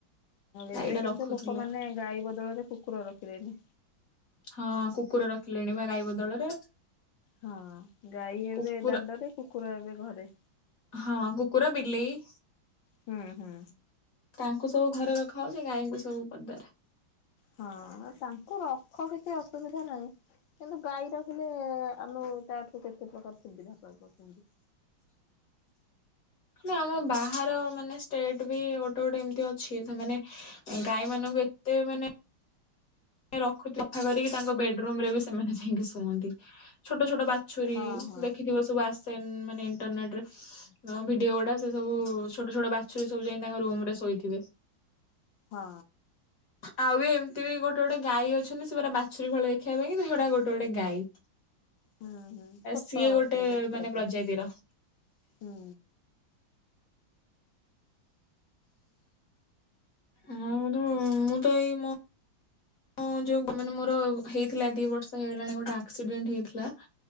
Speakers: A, on the left (about 50°); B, on the left (about 70°).
A: ଗାଈଟା
B: ଏବେ କିନ୍ତୁ
A: ରଖୁଥିଲେ
B: ଲୋକମାନେ ଗାଈ ବଦଳରେ କୁକୁର ରଖିଲେନି।
A: ହଁ କୁକୁର ରଖିଲେଣି ବା ଗାଈ ବଦଳରେ।
B: ହଁ ଗାଈ
A: କୁକୁର
B: ଏବେ ଦାଣ୍ଡରେ କୁକୁର ଏବେ ଘରେ।
A: ହଁ କୁକୁର ବିଲେଇ।
B: ହୁଁ ହୁଁ।
A: ତାଙ୍କୁ ସବୁ ଘରେ ରଖା ହୋଉଛି ଗାଈଙ୍କୁ ସବୁ ପଦାରେ।
B: ହଁ ତାଙ୍କୁ ରଖ କିଛି ଅସୁବିଧା ନାହିଁ। କିନ୍ତୁ ଗାଈ ରଖିଲେ ଆମେ ତା ଠୁ କେତେ ପ୍ରକାର ସୁବିଧା ପାଇପାରୁଛନ୍ତି।
A: ଆମ
B: ମୋବାଇଲ
A: ବାହାର
B: ନବ।
A: ମାନେ ଷ୍ଟେଟ ବି ଗୋଟେ ଗୋଟେ ଏମିତି ଅଛି ସେମାନେ ଗାଈ ମାନଙ୍କୁ ଏତେ ମାନେ ରଖ ସଫା କରିକି ତାଙ୍କ ବେଡରୁମ ରେ ବି ସେମାନେ ଯାଇକି ଶୁଅନ୍ତି। ଛୋଟ ଛୋଟ ବା ଛୁରୀ
B: ହଁ ହଁ
A: ଦେଖିଥିବ ସବୁ ଆସେନ ମାନେ ଇଣ୍ଟରନେଟରେ। ଭିଡିଓ ଗୁଡା ସେ ସବୁ ଛୋଟ ଛୋଟ ବାଛୁରୀ ସବୁ ଯାଇ ତାଙ୍କ ରୁମରେ ଶୋଇଥିବେ।
B: ହଁ।
A: ଆଉ ବି ଏମିତି ବି ଗୋଟ ଗୋଟେ ଗୋଟେ ଗାଈ ଅଛନ୍ତି ସେ ପୁରା ବାଛୁରୀ ଭଳି ଦେଖିବା ପାଇଁ କିନ୍ତୁ ହେଉଡା ଗୋଟେ ଗୋଟେ ଗାଈ।
B: ହୁଁ ହୁଁ ଛୋଟ
A: ସିଏ ଗୋଟେ
B: ସେ ଦେଖିବା
A: ମାନେ
B: ପାଇଁ
A: ପ୍ରଜାତିର।
B: ହୁଁ।
A: ଆଉ ମୁଁ ତ ଏଇ ହଁ ଯୋଉ ମାନେ ମୋର ହେଇଥିଲା ଦି ବର୍ଷ ହେଇଗଲାଣି ଗୋଟେ ଆକ୍ସିଡେଣ୍ଟ ହେଇଥିଲା